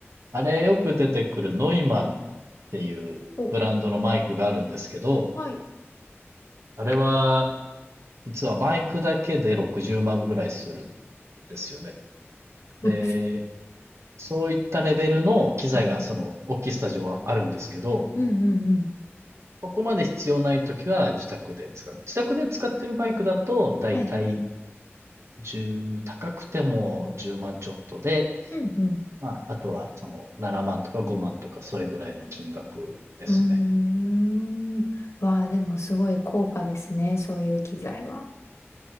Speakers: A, on the right; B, on the left.
A: あれよく出てくるノイマンっていうブランドのマイクがあるんですけど、
B: お、はい。
A: あれは実はマイクだけで60万ぐらいするんですよね。
B: <laughs>
A: で、そういったレベルの機材がその大きいスタジオはあるんですけど、
B: うん。うんうんうん。
A: そこまで必要ないときは自宅で使う。自宅で使ってるマイクだと、だいたい1高くても10万ちょっとで、
B: はい。うんう
A: まあ、あとはその7万とか5万とかそれぐらいの金額ですね。
B: ん。うーん。わあ、でもすごい高価ですね。そういう機材は。